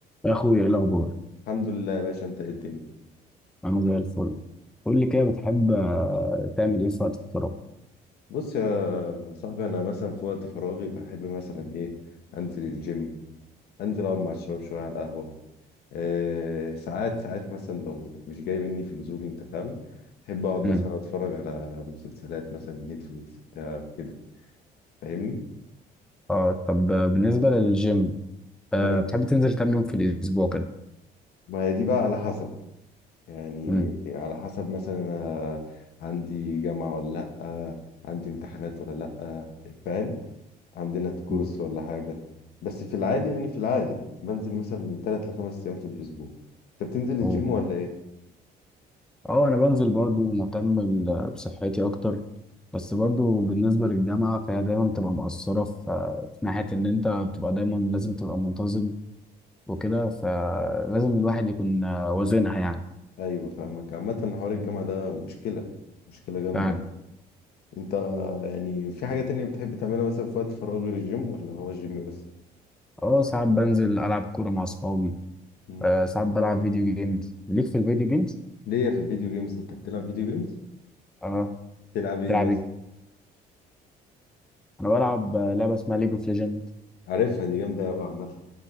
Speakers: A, in the centre; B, on the left.
A: يا اخويا ايه الاخبار
B: الحمد لله يا باشا انت ايه الدنيا
A: انا زي الفل قول لي كده بتحب آه، تعمل ايه في وقت الفراغ
B: بص يا صاحبي انا مثلا في وقت فراغي بحب مثلا ايه انزل الجيم انزل اقعد مع الشباب شويه على القهوه إيه ساعات ساعات مثلا لو مش جاي مني في نزول انت فاهم بحب اقعد مثلا
A: امم
B: اتفرج على مسلسلات مثلا نتفليكس بتاع كده فاهمني
A: اه طب آه، بالنسبه للجيم آه
B: ما
A: بتحب تنزل كام يوم في الاسبوع كده
B: ما هي دي بقى على حسب يعني
A: امم
B: على حسب مثلا انا عندي جامعه ولا لا عندي امتحانات ولا لا فاهم عندنا كورس
A: أمم.
B: ولا حاجة بس في العادي يعني في العادي بنزل مثلا من ثلاث لخمس أيام في الأسبوع أنت بتنزل الجيم
A: أو-
B: ولا إيه؟
A: اه انا بنزل برضو مهتم بال- بصحتي اكتر بس برضو بالنسبه للجامعه فهي دايما بتبقى مقصره في آه، في ناحيه ان انت بتبقى دايما لازم تبقى منتظم وكده فلازم الواحد يكون آه، وازنها يعني
B: أيوه فاهمك عامة حوار الجامعة ده مشكلة مشكلة جامدة
A: فعلا
B: يعني أنت يعني في حاجة تانية بتحب تعملها مثلا في وقت فراغ غير الجيم ولا هو الجيم بس؟
A: اه ساعات بنزل العب كوره مع اصحابي
B: مم.
A: آه ساعات بلعب فيديو جيمز ليك في الفيديو جيمز
B: ليا في الفيديو جيمز أنت بتلعب فيديو جيمز؟
A: اه
B: بتلعب إيه
A: بتلعب
B: مثلا؟
A: ايه انا بلعب آه، لعبه اسمها ليج اوف ليجند
B: عارفها دي جامدة أوي عامة